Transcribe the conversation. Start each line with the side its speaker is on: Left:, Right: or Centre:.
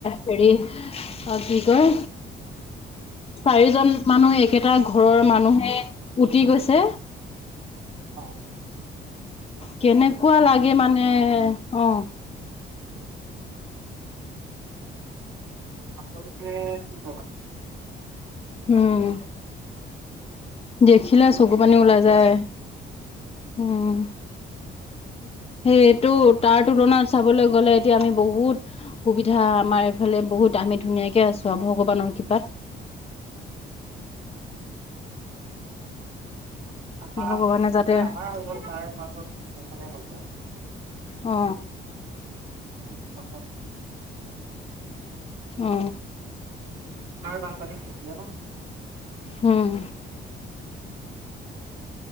Left: হেৰি অ কি কয় চাৰিজন মানুহ একেটা ঘৰৰ মানুহে উটি গৈছে
Right: হয় হয়
Left: কেনেকুৱা লাগে মানে অ
Right: আপোনালোকে কি
Left: উম দেখিলে চকু পানী
Right: ক'বা
Left: ওলাই যায় উম সেইটো তাৰ তুলনাত চাবলৈ গ'লে এতিয়া আমি বহুত সুবিধা আমাৰ এইফালে বহুত আমি ধুনীয়াকৈ আছোঁ আৰু ভগৱানৰ কৃপাত।
Right: আমাৰ
Left: ভগৱানে যাতে
Right: আমাৰ হ তাৰ পাছত সেইফালে হ
Left: অ
Right: <unintelligible> আমাৰ
Left: অ
Right: বানপানী হৈছিলে ন?
Left: উম